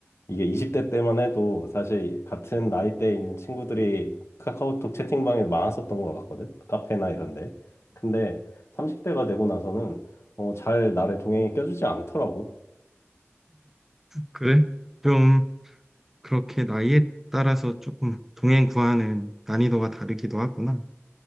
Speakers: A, on the left; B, in the centre.
A: 이게 20대 때만 해도 사실 같은 나이대에 있는 친구들이 카카오톡 채팅방에 많았었던 것 같거든. 카페나 이런데. 근데 30대가 되고 나서는, 어, 잘 나를 동행에 껴주지 않더라고.
B: 그래? 좀 그렇게 나이에 따라서 조금 동행 구하는 난이도가 다르기도 하구나.